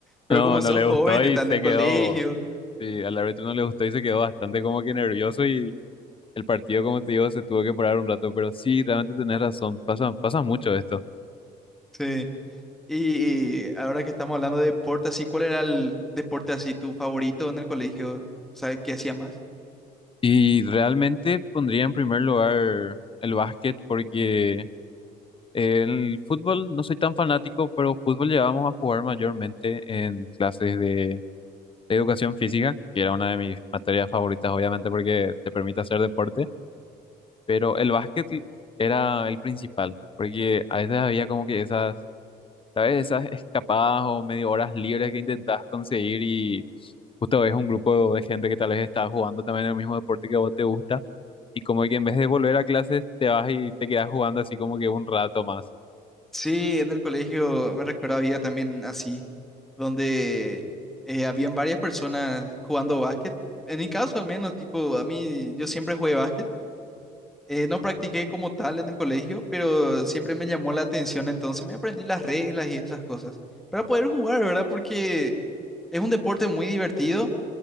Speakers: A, in the centre; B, on the left.
A: Pero
B: No,
A: como
B: no
A: sos
B: le
A: No,
B: gustó
A: joven, no
B: y se
A: en el colegio.
B: quedó, sí, al árbitro no le gustó y se quedó bastante como que nervioso y El partido, como te digo, se tuvo que parar un rato, pero sí, realmente tenés razón, pasa, pasa mucho esto.
A: Sí. Y ahora que estamos hablando de deporte, así, ¿cuál era el deporte así tu favorito en el colegio? ¿Sabes qué hacía más?
B: Y realmente pondría en primer lugar el básquet porque el fútbol no soy tan fanático, pero fútbol llegábamos a jugar mayormente en clases de educación física, que era una de mis materias favoritas, obviamente, porque te permite hacer deporte, pero el básquet era el principal, porque a veces había como que esas, ¿sabes? Esas escapadas o medio horas libres que intentabas conseguir y Justo ves un grupo de gente que tal vez está jugando también el mismo deporte que a vos te gusta y como que en vez de volver a clases te vas y te quedas jugando así como que un rato más.
A: Sí, en el colegio me recuerdo había también así, donde eh, habían varias personas jugando básquet. En mi caso al menos, tipo, a mí yo siempre jugué básquet. Eh, no practiqué como tal en el colegio, pero siempre me llamó la atención, entonces me aprendí las reglas y esas cosas para poder jugar, ¿verdad? Porque es un deporte muy divertido